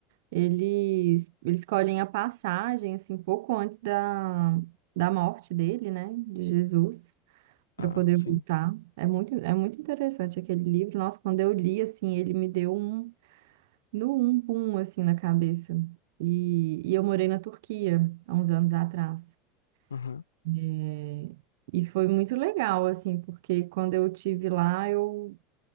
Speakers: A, on the right (about 60°); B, on the left (about 75°).
A: Eles, eles escolhem a passagem, assim, pouco antes da, da morte dele, né, de Jesus, para
B: Ah,
A: poder
B: sim.
A: voltar. É muito, é muito interessante aquele livro. Nossa, quando eu li, assim, ele me deu um, no um pum, assim, na cabeça. E, e eu morei na Turquia, há uns anos atrás.
B: Aham.
A: É, e foi muito legal, assim, porque quando eu tive lá, eu...